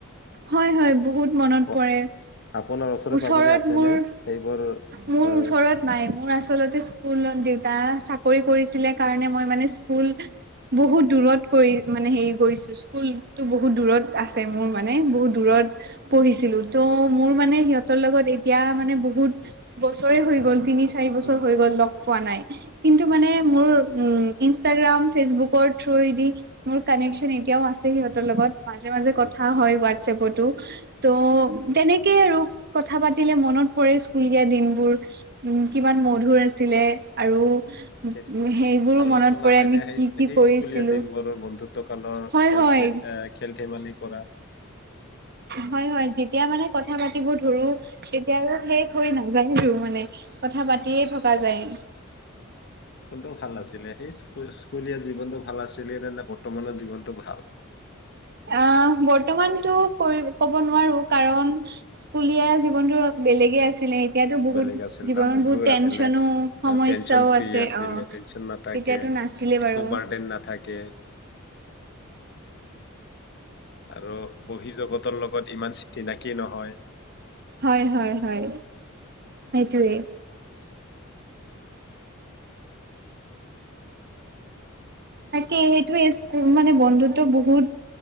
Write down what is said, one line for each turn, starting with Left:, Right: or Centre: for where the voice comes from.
Right: হয়-হয় বহুত মনত
Left: অ
Right: পৰে
Left: আপোনাৰ ওচৰে
Right: ওচৰত
Left: পাজৰে আছেনে
Right: মোৰ
Left: সেইবোৰ
Right: মোৰ
Left: আহ
Right: ওচৰত নাই মোৰ আচলতে স্কুলত দেউতা চাকৰি কৰিছিলে কাৰণ মই মানে স্কুল বহুত দূৰত কৰি মানে হে কৰিছো স্কুলতো বহুত দূৰত আছে। মোৰ মানে বহুত দূৰত
Left: হয়।
Right: পঢ়িছিলো। ত' মোৰ মানে সিহঁত ৰ লগত এতিয়া মানে বহুত বছৰে হৈ গ'ল তিনি চাৰি বছৰ
Left: উম
Right: হৈ গ'ল লগ পোৱা নাই কিন্তু মানে মোৰ উ ইষ্টাগ্ৰাম ফেচবুকৰ থ্ৰুদি মোৰ কানেকশ্যন এতিয়াও আছে। সিহঁতৰ লগত, মাজে-মাজে
Left: হয়
Right: কথা হোৱাটচ এপটো ত' তেনেকেই আৰু কথা পাতিলে মনত পৰে স্কুলিয়া দিনবোৰ। উম কিমান মধুৰ আছিলে। আৰু
Left: অ,
Right: সেইবোৰো
Left: কে- আলোচনা
Right: মনত পৰে
Left: হয়নে
Right: আমি কি-কি
Left: সেই সেই
Right: কৰিছিলো।
Left: স্কুলীয়া দিনবোৰৰ বন্ধুত্ব কালৰ
Right: হয়
Left: বা
Right: হয়
Left: খ খেল ধেমালি কৰা।
Right: হয়-হয় যেতিয়া মানে কথা পাতিব ধৰো তেতিয়াও শেষ হৈ নাযায়ো মানে কথা পাতিয়ে থকা যায়।
Left: কোনটো ভাল আাছিলে সেই স্কুলীয়া জীৱনতটো ভাল আছিলে নে-নে বৰ্তমানৰ জীৱনতটো ভাল।
Right: অ বৰ্তমানতো কৰি ক'ব নোৱাৰো কাৰণ স্কুলীয়া জীৱনতো বেলেগে আছিলে। এতিয়াতো বহুত
Left: বেলেগ আছিল
Right: জীৱনত
Left: না মধুৰ
Right: বহুত টেনচনো
Left: আছিলে
Right: সমস্যাও
Left: টেনচন ফ্ৰী
Right: আছে
Left: আছিলে
Right: অ
Left: টেনচন নাথাকে
Right: তেতিয়াতো নাছিলে
Left: একো
Right: বাৰু
Left: বাৰ্ডেন নাথাকে। আৰু বহি জগতৰ লগত ইমান চিনাকি নহয়।
Right: হয়-হয়-হয় সেইটোৱে। তাকেই সেইটোৱে স্ মানে বন্ধুত্ব বহুত